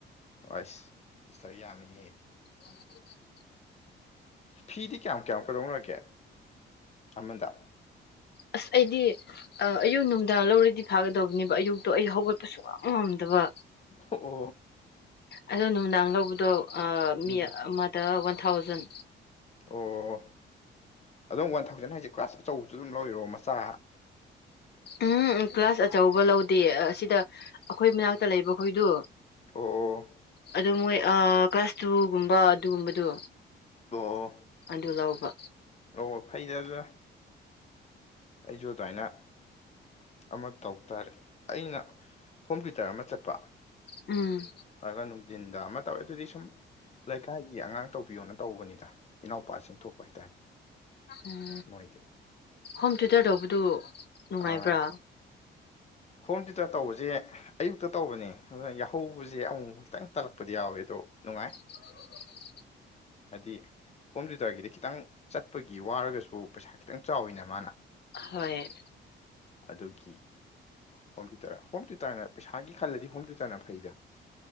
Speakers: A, on the left (about 35°); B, on the left (about 55°).
A: ꯑꯩꯁ ꯁꯤꯁꯇꯔ ꯌꯥꯝꯃꯤꯍꯦ
B: <inaudible> <unintelligible>
A: ꯐꯤꯗꯤ ꯀꯌꯥꯝ ꯀꯌꯥꯝꯃꯨꯛ ꯀꯩꯗꯧꯅꯔꯒꯦ ꯑꯃꯗ
B: ꯑꯁ ꯑꯩꯗꯤ ꯑꯌꯨꯛ ꯅꯨꯡꯗꯥꯡ ꯂꯧꯔꯗꯤ ꯐꯥꯒꯗꯕꯅꯦꯕ ꯑꯌꯨꯛꯇꯣ ꯑꯩ ꯍꯧꯒꯠꯄꯁꯨ ꯑꯣꯝꯗꯕ
A: ꯑꯣ
B: ꯑꯗꯣ ꯅꯨꯡꯗꯥꯡ ꯂꯧꯕꯗꯣ
A: ꯎꯝ
B: ꯃꯤ ꯑꯃꯗ ꯋꯥꯟ ꯊꯥꯎꯖꯟ
A: ꯑꯣ ꯑꯗꯨꯝ ꯋꯥꯟ ꯊꯥꯎꯖꯟ ꯍꯥꯏꯁꯦ ꯀ꯭ꯂꯥꯁ ꯑꯆꯧꯕꯁꯨ ꯑꯗꯨꯝ ꯂꯧꯔꯤꯔꯣ ꯃꯆꯥ
B: ꯎꯝ ꯀ꯭ꯂꯥꯁ ꯑꯆꯧꯕ ꯂꯧꯗꯦ ꯑꯁꯤꯗ ꯑꯩꯈꯣꯏ ꯃꯅꯥꯛꯇ ꯂꯩꯕ ꯑꯩꯈꯣꯏꯗꯨ
A: ꯑꯣ ꯑꯣ
B: ꯑꯗꯨ ꯃꯣꯏ ꯀ꯭ꯂꯥꯁ ꯆꯇꯨꯒꯨꯝꯕ ꯑꯗꯨꯒꯨꯝꯕꯗꯣ
A: ꯑꯣ ꯑꯣ
B: ꯑꯗꯨ ꯂꯧꯕ
A: ꯑꯣ ꯐꯩꯖꯖ ꯑꯩꯁꯨ ꯑꯗꯨꯃꯥꯏꯅ ꯑꯃ ꯇꯧ ꯇꯥꯔꯦ ꯑꯩꯅ ꯀꯣꯝꯄ꯭ꯌꯨꯇꯔ ꯑꯃ ꯆꯠꯄ
B: ꯎꯝ
A: ꯇꯒ ꯅꯨꯡꯊꯤꯟꯗ ꯑꯃ ꯇꯧꯋꯦ ꯑꯗꯨꯗꯤ ꯁꯨꯝ ꯂꯩꯀꯥꯏꯒꯤ ꯑꯉꯥꯡ ꯇꯧꯕꯤꯌꯣꯅ ꯇꯧꯕꯅꯤꯗ ꯏꯅꯥꯎꯄꯥꯁꯤꯡ ꯊꯣꯛꯄ ꯍꯥꯏꯇꯥꯔꯦ
B: ꯎꯝ
A: ꯃꯣꯏꯗꯤ
B: ꯍꯣꯝ ꯊꯤꯨꯇꯔ ꯇꯧꯕꯗꯨ ꯅꯨꯡꯉꯥꯏꯕ꯭ꯔꯥ
A: ꯑꯥ ꯍꯣꯝ ꯇꯨꯏꯇꯔ ꯇꯧꯕꯁꯦ ꯌꯥꯏ ꯑꯌꯨꯛꯇ ꯇꯧꯕꯅꯦ ꯑꯗꯣ ꯌꯥꯍꯧꯕꯁꯦ ꯑꯃꯨꯛꯃꯨꯛ ꯈꯤꯇꯪ ꯇꯜꯂꯛꯄꯗꯤ ꯌꯥꯎꯋꯦ ꯑꯗꯣ ꯅꯨꯡꯉꯥꯏ
B: <unintelligible>
A: ꯍꯥꯏꯗꯤ ꯍꯣꯝ ꯇꯨꯏꯇꯔꯒꯤꯗꯤ ꯈꯤꯇꯪ ꯆꯠꯄꯒꯤ ꯋꯥꯔꯒꯁꯨ ꯄꯩꯁꯥ ꯈꯤꯇꯪ ꯆꯥꯎꯋꯤꯅ ꯃꯥꯅ
B: ꯍꯣꯏ
A: ꯑꯗꯨꯒꯤ ꯍꯣꯝ ꯇꯨꯏꯇꯔ ꯍꯣꯝ ꯇꯨꯏꯇꯔꯅ ꯄꯩꯁꯥꯒꯤ ꯈꯜꯂꯗꯤ ꯍꯣꯝ ꯇꯨꯏꯇꯔꯅ ꯐꯩꯗ